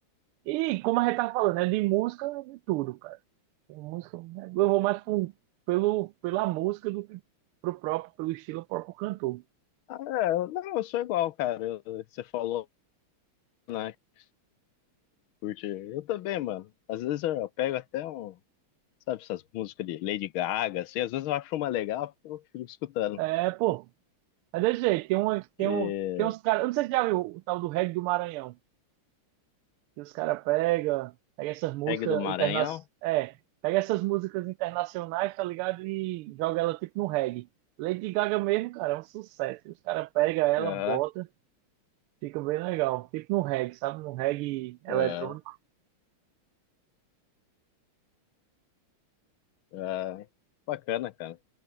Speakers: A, on the right; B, on the left.
A: E como a gente tá falando, é de música de tudo, cara. Tem música, eu vou mais pro- pelo, pela música do que pro próprio, pelo estilo próprio cantor.
B: Ah, é, eu- não, eu sou igual, cara. Eu- Você falou, né, que curte. Eu também, mano. Às vezes eu, eu pego até um, sabe, essas músicas de Lady Gaga, assim, às vezes eu acho uma legal, eu fico escutando.
A: É, pô, é desse jeito. Tem, uma, tem,
B: E
A: um, tem uns caras, eu não sei se já viu o tal do reggae do Maranhão. E os caras pega, pega essas músicas
B: reggae do Maranhão.
A: internacionais, é, pega essas músicas internacionais, tá ligado? E joga ela tipo no reggae. Lady Gaga mesmo, cara, é um sucesso. Os caras pega ela,
B: Aham,
A: bota, fica bem legal. Tipo no reggae, sabe? No reggae eletrônico.
B: aham, aham. Bacana, cara.